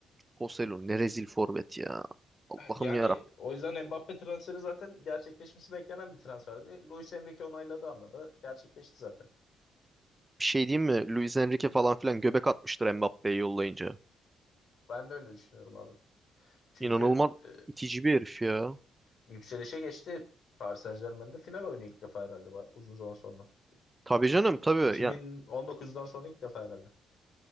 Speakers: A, on the right; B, on the left.
A: Joselu ne rezil forvet ya. Allah'ım
B: Eh, Yani
A: ya
B: o yüzden Mbappe transferi zaten gerçekleşmesi beklenen bir transferdi. Luis Enrique onayladı anladı. Gerçekleşti zaten.
A: Bir şey diyeyim mi? Luis Enrique falan filan göbek atmıştır Mbappé'yi yollayınca.
B: Ben de öyle düşünüyorum abi. Çünkü
A: İnanılmaz
B: e,
A: itici bir herif ya.
B: yükselişe geçti. Paris Saint-Germain'de final oynuyor ilk defa herhalde ba- uzun zaman sonra.
A: Tabii
B: İki,
A: canım
B: 2019'dan
A: tabii. Ya
B: sonra ilk defa herhalde.